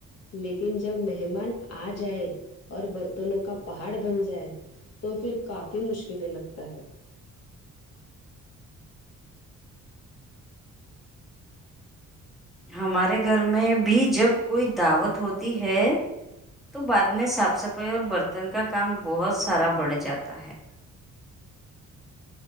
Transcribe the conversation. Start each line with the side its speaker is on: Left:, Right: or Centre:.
Left: لیکن جب مہمان آ جائے اور برتنوں کا پہاڑ بن جائے تو پھر کافی مشکلیں لگتا ہے
Centre: ہمارے گھر میں بھی جب کوئی دعوت ہوتی ہے تو بعد میں صاف صفائی اور برتن کا کام بہت سارا بڑھ جاتا ہے